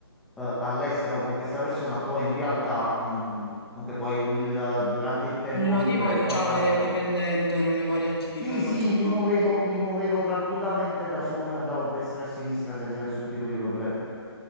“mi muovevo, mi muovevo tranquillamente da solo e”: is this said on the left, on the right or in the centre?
Centre